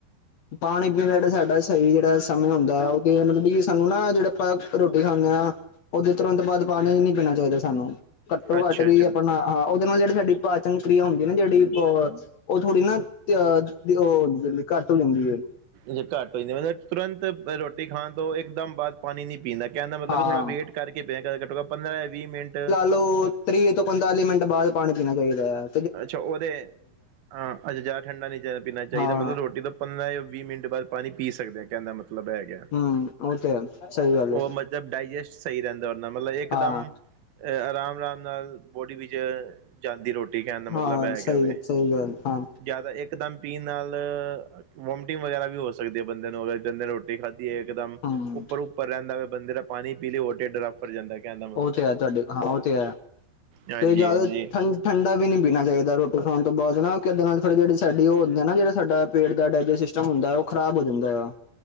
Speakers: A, on the left; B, on the right.
A: ਪਾਣੀ ਪੀਣ ਦਾ ਜਿਹੜਾ ਸਾਡਾ ਸਹੀ ਜਿਹੜਾ ਸਮੇਝ ਹੁੰਦਾ ਆ ਉਹ ਤੇ ਮਤਲਬ ਕਿ ਸਾਨੂੰ ਨਾ ਜਿਹੜੇ ਆਪਾਂ ਰੋਟੀ ਖਾਂਦੇ ਹਾਂ। ਉਹਦੇ ਤੁਰੰਤ ਬਾਅਦ ਪਾਣੀ ਨੀ ਪੀਣਾ ਚਾਹੀਦਾ ਸਾਨੂੰ ਘੱਟੋ
B: ਅੱਛਾ
A: ਘੱਟ ਵੀ
B: ਅੱਛਾ
A: ਆਪਣਾ ਹਾਂ ਉਹਦੇ ਨਾਲ ਜਿਹੜੀ ਸਾਡੀ ਪਾਚਨ ਕ੍ਰਿਆ ਹੁੰਦੀ ਨਾ ਜਿਹੜੀ ਹੋਰ ਉਹ ਥੋੜੀ ਨਾ ਉਹ ਘੱਟ ਹੁੰਦੀ ਹੈ।
B: ਜੇ ਘੱਟ ਹੋਈ ਤੇ ਮਤਲਬ ਤੁਰੰਤ ਰੋਟੀ ਖਾਣ ਤੋਂ ਇੱਕਦਮ ਬਾਅਦ ਪਾਣੀ ਨੀ ਪੀਂਦਾ। ਕਹਿੰਦਾ ਮਤਲਬ
A: ਹਾਂ
B: ਵੀ ਥੋੜਾ ਵੇਟ ਕਰਕੇ ਪਿਆ ਘੱਟੋ ਪੰਦਰਾਂ ਜਾਂ ਵੀਹ ਮਿੰਟ
A: ਹੈਲੋ। ਤ੍ਰੀਹ ਤੋਂ ਪਨਤਾਲੀ ਮਿੰਟ ਬਾਅਦ ਪਾਣੀ ਪੀਣਾ ਚਾਹੀਦਾ ਆ।
B: ਅੱਛਾ ਉਹਦੇ ਹਾਂ ਅੱਛਾ ਜ਼ਿਆਦਾ ਠੰਡਾ ਨਹੀਂ ਜਿਆਦਾ ਪੀਣਾ ਚਾਹੀਦਾ
A: ਹਾਂ
B: ਮਤਲਬ ਰੋਟੀ ਦਾ ਪੰਦਰਾਂ ਜਾਂ ਵੀਹ ਮਿੰਟ ਬਾਅਦ ਪਾਣੀ ਪੀ ਸਕਦੇ ਹਾਂ ਕਹਿੰਦਾ ਮਤਲਬ ਹੈਗਾ।
A: ਹੂੰ ਉਹ ਤੇ ਹੈ। ਸਹੀ ਗੱਲ ਹੈ
B: ਉਹ ਮਤਲਬ ਡਾਇਜੈਸਟ ਸਹੀ ਰਹਿੰਦਾ ਉਹ ਨਾਲ ਮਤਲਬ ਇੱਕ
A: ਹਾਂ
B: ਦਮ ਆਰਾਮ- ਆਰਾਮ ਨਾਲ ਬੋਡੀ ਵਿੱਚ ਜਾਂਦੀ ਰੋਟੀ ਇਹ ਕਹਿਣ ਦਾ ਮਤਲਬ
A: ਹਾਂ
B: ਹੈਗਾ
A: ਸਹੀ
B: ਵੇ
A: ਸਹੀ ਗੱਲ ਹਾਂ
B: ਜਿਆਦਾ ਇੱਕਦਮ ਪੀਣ ਨਾਲ ਵੋਮਟਿੰਗ ਵਗੈਰਾ ਵੀ ਹੋ ਸਕਦੀ ਹੈ ਬੰਦੇ ਨੂੰ ਅਗ ਬੰਦੇ ਨੇ ਰੋਟੀ ਖਾਧੀ ਹੈ ਇੱਕਦਮ
A: ਹਮ
B: ਉੱਪਰ- ਉੱਪਰ ਰਹਿੰਦਾ ਵੇ ਬੰਦੇ ਦਾ ਪਾਣੀ ਪੀ ਲਈ ਹੋੋਰ ਡਰਫ ਫੁੱਲ ਜਾਂਦਾ ਕਹਿੰਦਾ।
A: ਉਹ ਤੇ ਹੈ ਤੁਹਾਡੇ ਹਾਂ ਉਹ ਤੇ ਹੈ
B: ਹਾਂਜੀ
A: ਤੇ ਜ਼ਿਆਦਾ
B: ਹਾਂਜੀ
A: ਠੰਡ। ਠੰਡਾ ਵੀ ਨਈ ਪੀਣਾ ਚਾਹੀਦਾ ਰੋਟੀ ਖਾਣ ਤੋਂ ਬਾਅਦ ਨਾ ਇਦੇ ਨਾਲ ਫਿਰ ਜਿਹੜੀ ਸਾਡੀ ਉਹ ਹੁੰਦੇ ਨਾ ਜਿਹੜਾ ਸਾਡਾ। ਪੇਟ ਦਾ ਡਾਇਜੈਸਟ ਸਿਸਟਮ ਹੁੰਦਾ, ਉਹ ਖ਼ਰਾਬ ਹੋ ਜਾਂਦਾ ਆ।